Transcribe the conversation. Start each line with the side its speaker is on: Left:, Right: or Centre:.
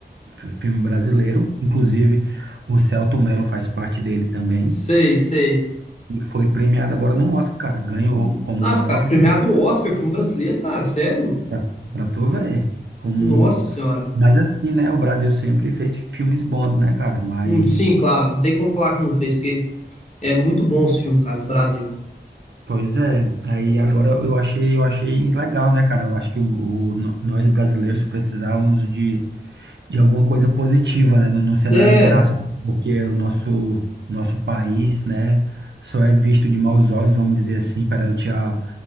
Right: fi- filme brasileiro. Inclusive, o Selton Mello faz parte dele também.
Left: Sei, sei.
Right: E foi premiado agora no Oscar, cara. Ganhou
Left: Hum,
Right: como
Left: Nossa,
Right: melhor
Left: cara,
Right: filme.
Left: premiado do Oscar, filme brasileiro, cara, sério?
Right: Pra, pra tu ver como
Left: Nossa senhora.
Right: Mas assim, né? O Brasil sempre fez filmes bons, né, cara? Mas,
Left: Hum, sim, claro, não tem como falar que não fez, porque é muito bom os filmes, cara, do Brasil.
Right: pois é. Aí agora eu achei, eu achei legal, né, cara? Eu acho que o, o- no- nós brasileiros precisávamos de, de alguma coisa positiva, né, no, no cenário
Left: É,
Right: internacional, porque o nosso nosso país, né, só é visto de maus olhos, vamos dizer assim, perante a,